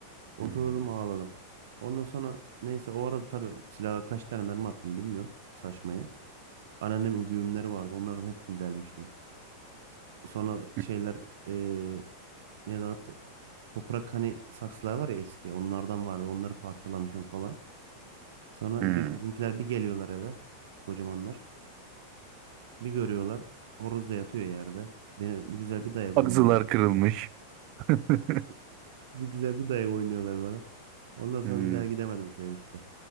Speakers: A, on the right (about 55°); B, on the right (about 40°).
A: Oturdum
B: Hmm.
A: ağladım. Ondan sonra neyse o arada tabii silaha kaç tane mermi attım bilmiyorum saçmayı. Anneannemin güğümleri vardı. Onların hepsini delmişim. Sonra şeyler
B: <laughs>
A: eee neydi ona? toprak hani saksılar var ya eski onlardan vardı onları parçalamışım falan. Sonra
B: Hmm.
A: bir, bizimkiler bir geliyorlar eve kocamanlar bir görüyorlar horoz da yatıyor yerde. Beni bir güzel bir dayak oynuyorlar.
B: Ağzılar kırılmış. <laughs>
A: Bir güzel bir dayak oynuyorlar bana. Ondan sonra
B: Hmm.
A: bir daha gidemedim köye işte.